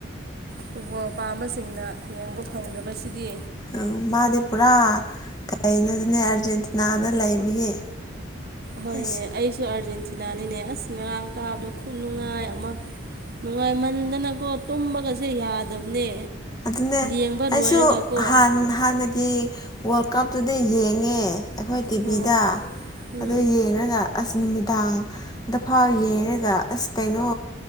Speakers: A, on the right (about 50°); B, on the left (about 20°).
A: ꯐꯕꯣꯜ ꯃꯄꯥꯝꯕꯁꯤꯡꯅ ꯌꯦꯡꯕ ꯐꯪꯗꯕꯁꯤꯗꯤ
B: ꯎꯝ ꯃꯥꯗꯤ ꯄꯨꯔꯥ ꯀꯩꯅꯣꯗꯅꯦ ꯑꯥꯔꯖꯦꯟꯇꯤꯅꯥꯗ ꯂꯩꯕꯒꯤ
A: ꯍꯣꯏꯅꯦ
B: ꯑꯁ
A: ꯑꯩꯁꯨ ꯑꯥꯔꯖꯦꯟꯇꯤꯅꯥꯅꯤꯅꯦ ꯑꯁ ꯉꯔꯥꯡ ꯀꯥꯕꯗ ꯈꯨ ꯅꯨꯡꯉꯥꯏ ꯑꯃ ꯅꯨꯡꯉꯥꯏꯃꯟꯗꯅꯀꯣ ꯇꯨꯝꯕꯒꯁꯦ ꯌꯥꯗꯕꯅꯦ
B: ꯑꯗꯨꯅꯦ
A: ꯌꯦꯡꯕ
B: ꯑꯩꯁꯨꯥꯟ
A: ꯂꯣꯏꯔꯒꯀꯣ
B: ꯍꯥꯟꯅꯒꯤ ꯁꯤ ꯋꯥꯔꯜ ꯀꯞꯇꯨꯗ ꯌꯦꯡꯉꯦ ꯑꯩꯈꯣꯏ ꯇꯤꯚꯤꯗ
A: ꯑꯣ ꯎꯝ
B: ꯑꯗꯨ ꯌꯦꯡꯉꯒ ꯑꯁ ꯅꯨꯃꯤꯗꯥꯡꯗ ꯐꯥꯎ ꯌꯦꯡꯔꯒ ꯑꯁ ꯀꯩꯅꯣ